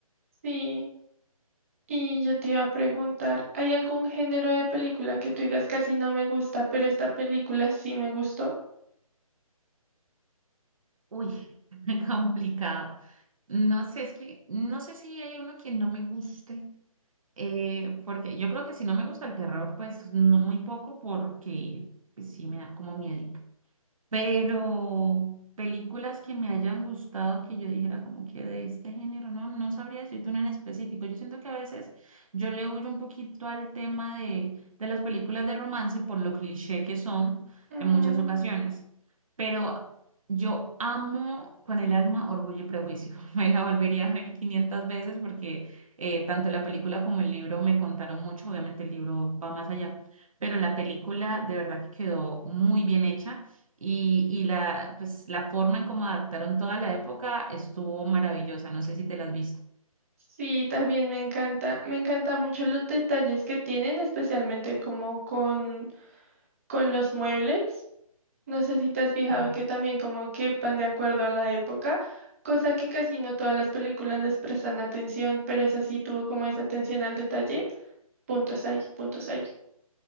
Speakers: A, on the right; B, on the right.
A: sí. Y yo te iba a preguntar, ¿hay algún género de película que tú digas casi no me gusta, pero esta película sí me gustó?
B: Uy, <laughs> complicado. No sé, es que no sé si hay uno que no me guste, eh, porque yo creo que si no me gusta el terror, pues no- muy poco, porque pues, sí me da como miedo. Pero películas que me hayan gustado, que yo dijera como que de este género, no, no sabría decirte una en específico. Yo siento que a veces yo le huyo un poquito al tema de, de las películas de romance por lo cliché que son
A: Mm,
B: en muchas ocasiones. Pero yo amo con el alma Orgullo y Prejuicio. <laughs> Me la volvería a ver 500 veces porque eh, tanto la película como el libro me contaron mucho. Obviamente el libro va más allá, pero la película de verdad que quedó muy bien hecha. Y, y la, pues, la forma en cómo adaptaron toda la época estuvo maravillosa. No sé si te la has visto.
A: sí, también me encanta. Me encanta mucho los detalles que tienen, especialmente como con, con los muebles. No sé si te has fijado
B: Sí.
A: que también como que van de acuerdo a la época, cosa que casi no todas las películas les prestan atención, pero esa sí tuvo como esa atención al detalle. Puntos ahí, puntos ahí.